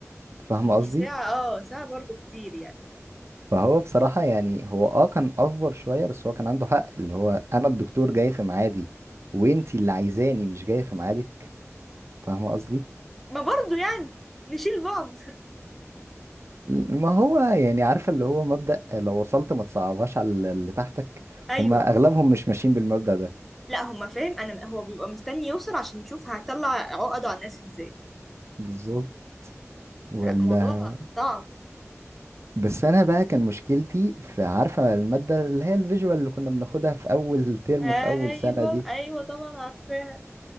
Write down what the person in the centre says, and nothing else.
يعني
دي ساعه اه ساعه برضو كتير يعني
ما برضو يعني نشيل بعض
<laughs> ايوه
لا هما فاهم انا هو بيبقى مستني يوصل عشان يشوف هطلع عقده على الناس ازاي
لا موضوع صعب
ايوه
ايوه طبعا عارفاها